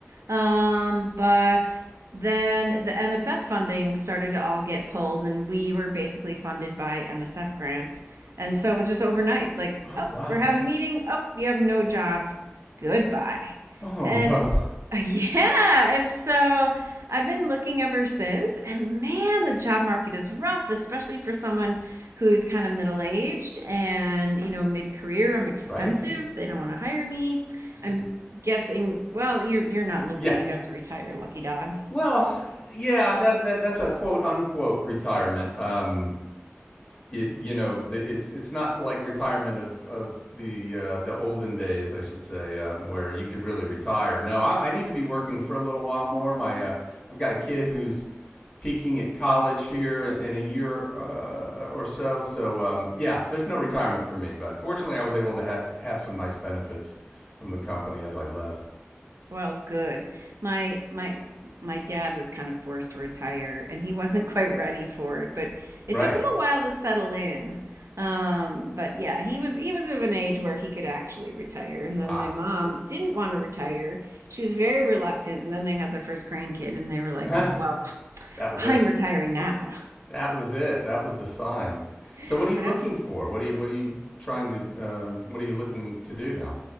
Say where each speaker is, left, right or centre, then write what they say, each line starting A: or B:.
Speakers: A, on the right (about 85°); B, on the left (about 30°).
A: Um, but then the NSF funding started to all get pulled, and we were basically funded by NSF grants. And so it was just overnight, like,
B: Oh,
A: oh,
B: wow.
A: we're having a meeting. Oh, you have no job. Goodbye. Oh,
B: oh
A: And
B: no,
A: <laughs> yeah, and so I've been looking ever since, and man, the job market is rough, especially for someone who's kind of middle aged and, you know, mid career. I'm expensive.
B: <laughs> right?
A: They don't want to hire me. I'm guessing, well, you're you're not looking.
B: Yeah.
A: You got to retire, lucky dog.
B: Well, yeah that that that's a quote unquote retirement. Um, it you know it's it's not like retirement of of the uh, the olden days I should say um, where you could really retire. No, I, I need to be working for a little while more. My uh, I've got a kid who's peaking at college here in a year uh, or so. So um, yeah, there's no retirement for me, but fortunately I was able to ha- have some nice benefits from the company as I left.
A: Well, good. My my my dad was kind of forced to retire and he <laughs> wasn't quite ready for it, but it
B: Right.
A: took him a while to settle in. Um, but yeah, he was he was of an age where he could actually retire. And then
B: Ah,
A: my mom didn't want to retire. She was very reluctant, and then they had their first grandkid and they
B: <laughs>
A: were like,
B: that
A: "Well,
B: was
A: I'm
B: it.
A: retiring now."
B: That was it. That was the sign. So
A: <laughs>
B: what are you
A: That
B: looking for? What are you what are you trying to um, what are you looking to do now?